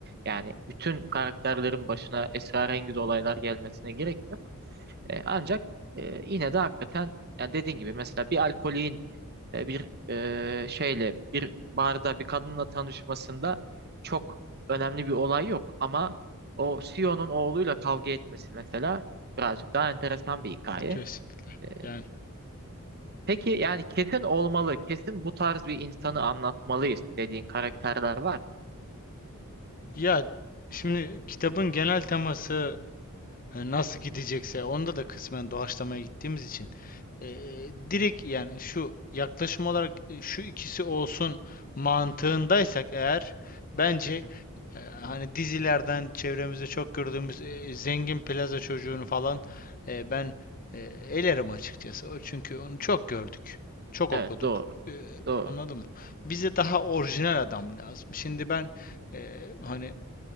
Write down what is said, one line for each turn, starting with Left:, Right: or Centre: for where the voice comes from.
Right: Yani bütün karakterlerin başına esrarengiz olaylar gelmesine gerek yok. E, ancak e, yine de hakikaten yani dediğin gibi mesela bir alkolin e, bir e, şeyle bir barda bir kadınla tanışmasında çok önemli bir olay yok ama o CEO'nun oğluyla kavga etmesi mesela birazcık daha enteresan bir hikaye.
Left: Kesinlikle.
Right: E,
Left: Yani
Right: peki yani kesin olmalı, kesin bu tarz bir insanı anlatmalıyız dediğin karakterler var mı?
Left: ya şimdi kitabın genel teması Hani nasıl gidecekse onda da kısmen doğaçlamaya gittiğimiz için eee, direkt yani şu yaklaşım olarak e, şu ikisi olsun mantığındaysak eğer bence
Right: <laughs>
Left: e, hani dizilerden çevremizde çok gördüğümüz e, zengin plaza çocuğunu falan e, ben e, elerim açıkçası. O çünkü onu çok gördük. Çok okuduk.
Right: Evet, doğru.
Left: E,
Right: Doğru.
Left: anladın Bize daha orijinal adam lazım. Şimdi ben e, hani